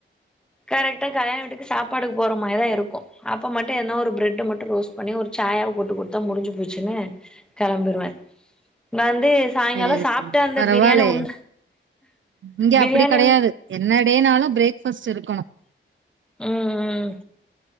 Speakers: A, in the centre; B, on the right.
A: கரெக்டா கல்யாண வீட்டுக்கு சாப்பாடுக்கு போற மாரிதா இருக்கு அப்ப மட்டு என்ன ஒரு பிரட்ட மட்டு ரோஸ்ட் பண்ணி ஒரு சாயாவ போட்டு கொடுத்தா முடிஞ்சு போச்சுன்னு களம்பிருவே நா வந்து சாய்ங்காலோ
B: சேரி
A: சாப்ட்டு
B: சேரி
A: அந்த
B: பரவால்லயே
A: பிரியாணி உண்
B: இங்க
A: பிரியாணி
B: அப்டி கெடையாது என்ன டேனாலு பிரேக்ஃபாஸ்ட் இருக்கணு
A: ம் ம்